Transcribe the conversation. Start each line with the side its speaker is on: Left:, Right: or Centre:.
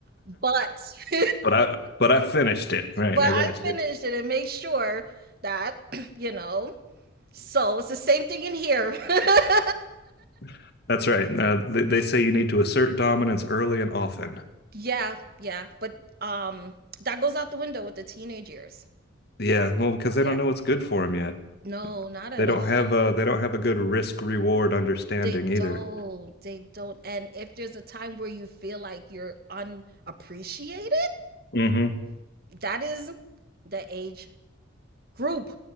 Right: but <laughs>
Left: But I but I finished it. Right,
Right: but
Left: I
Right: I
Left: got
Right: finished
Left: you.
Right: it and made sure that, <clears throat> you know. So it's the same thing in here. <laughs>
Left: <laughs> That's right. Uh, they, they say you need to assert dominance early and often.
Right: yeah, yeah. But um that goes out the window with the teenage years.
Left: Yeah, well, because they
Right: Yeah.
Left: don't know what's good for them yet.
Right: No, not at
Left: They don't
Right: all.
Left: have a they don't have a good risk reward understanding
Right: They
Left: either.
Right: don't. They don't. And if there's a time where you feel like you're unappreciated,
Left: hmm
Right: that is the age group.